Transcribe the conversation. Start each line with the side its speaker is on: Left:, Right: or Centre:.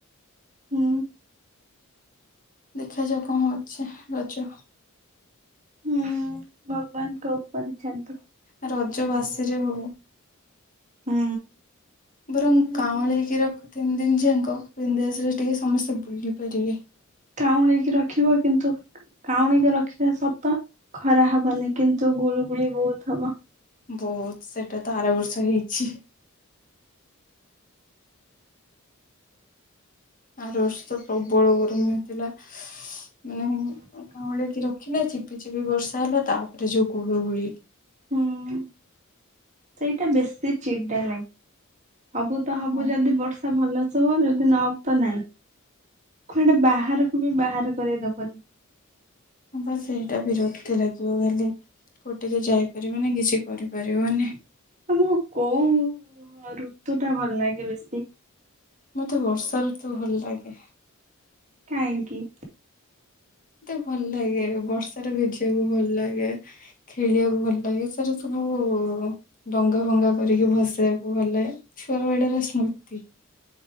Right: ହୁଁ।
Left: ଦେଖାଯାଉ କଣ ଅଛି ରଜ।
Right: ହୁଁ ଭଗବାନଙ୍କ ଉପରେ ଛାଡ଼ନ୍ତୁ।
Left: ଆ ରଜ ବାସି ରେ ହଉ।
Right: ହୁଁ।
Left: ବରଂ କାଉଁଲେଇକି ରଖୁ ତିନି ଦିନି ଯାଙ୍କ ବିନ୍ଧାସରେ ଟିକେ ସମସ୍ତେ ବୁଲିପାରିବେ।
Right: କାଉଁଲେଇକି ରଖିବ କିନ୍ତୁ? କାଉଁଲେଇକୁ ରଖିବା ସତ ଖରା ହବନି କିନ୍ତୁ ଗୁଳୁଗୁଳି ବହୁତ ହବ।
Left: ବହୁତ ସେଇଟା ତ ଆର ବର୍ଷ ହେଇଛି। ଆର ବର୍ଷ ତ ପ୍ରବଳ ଗରମ ହେଇଥିଲା। ମାନେ କାଉଁଳେଇ କି ରଖିଲା ଝିପି ଝିପି ବର୍ଷା ହେଲା। ତାପରେ ଯୋଉ ଗୁଳୁ ଗୁଳି।
Right: ହୁଁ ସେଇଟା ବେଶି ଚିଡା ଲାଗେ ହବୁ ତ ହବୁ
Left: ହଁ
Right: ଯଦି ଯଦି ବର୍ଷା ଭଲସେ ହୋ ଯଦି ନୋହୋବୁ ତ ନାଇଁ କୁଆଡ଼େ ବାହାରକୁ ବି ବାହାର କରେଇଦବନି।
Left: ବାସ୍ ଏଇଟା ବିରକ୍ତି ଲାଗିବ ଖାଲି କୁଆଡ଼େ ଟିକେ ଯାଇପାରିବନି କିଛି କରିପାରିବନି।
Right: ତମକୁ କୋଉ ଋତୁ ଟା ଭଲ ଲାଗେ ବେଶୀ?
Left: ମତେ ବର୍ଷା ଋତୁ ଭଲ ଲାଗେ।
Right: କାହିଁକି?
Left: ମତେ ଭଲ ଲାଗେ ବର୍ଷାରେ ଭିଜିବାକୁ ଭଲ ଲାଗେ। ଖେଳିବାକୁ ଭଲ ଲାଗେ ସେରା ସବୁ ଡଙ୍ଗା ଭଙ୍ଗା କରିକି ଭସେଇବାକୁ ଭଲ ଲାଗେ ଛୁଆ ବେଳର ସ୍ମୃତି।